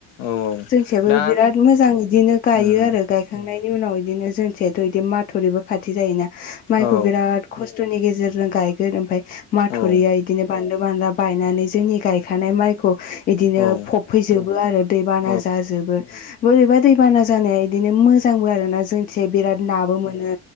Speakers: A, on the left; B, on the left.
A: औ औ
B: जोंथिंजायबो
A: दा
B: बिराद मोजां इदिनो गायो
A: उम
B: आरो गायखांनायनि उनाव बिदिनो जोंथिजायथ' बिदि माथावरिबो खाथि जायोना माइखौ
A: औ
B: बिराद खस्थ'नि गेजेरजों गायगोन ओमफ्राय माथरिया
A: औ
B: बिदिनो बानलु बानला बायनानै जोंनि गायखानाय माइखौ बिदिनो
A: औ
B: फबफैजोबो आरो दैबाना
A: औ
B: जाजोबो बोरैबा दैबाना जानाया बिदिनो मोजांबो आरो ना जोंथिजाय बिराद नाबो मोनो